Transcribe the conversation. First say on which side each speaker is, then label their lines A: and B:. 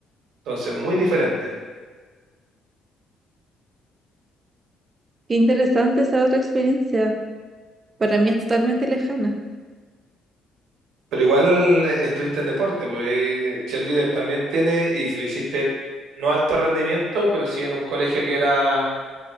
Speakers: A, on the right; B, on the right.
A: entonces muy diferente.
B: Qué interesante esa otra experiencia. Para mí es totalmente lejana.
A: Pero igual eh, estuviste en deporte, pues cheerleader también tiene, y si lo hiciste no alto rendimiento, pero sí en un colegio que era,